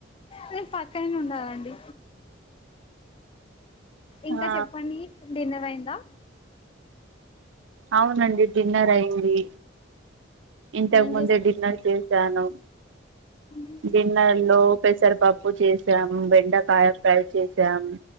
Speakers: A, on the left; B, on the right.
A: నే పక్కనే ఉండాలండి ఇంకా
B: ఆ
A: చెప్పండి డిన్నర్ అయిందా
B: అవునండి డిన్నర్ అయింది ఇంతకు
A: ఏం
B: ముందే డిన్నర్ చేసాను
A: అ
B: డిన్నర్ లో పెసరపప్పు చేసాము బెండకాయ ఫ్రై చేసాము